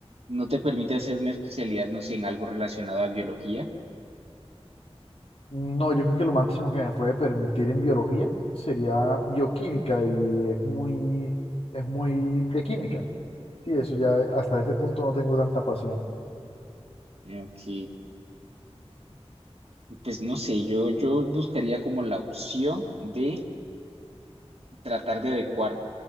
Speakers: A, on the right (about 65°); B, on the left (about 60°).
A: no te permite hacer una especialidad, no sé, en algo relacionado a biología.
B: no, yo creo que lo máximo que me puede permitir en biología sería bioquímica y es muy, es muy de química, sí eso ya hasta ese punto no tengo tanta pasión.
A: Ok, pues no sé, yo, yo buscaría como la opción de tratar de adecuar,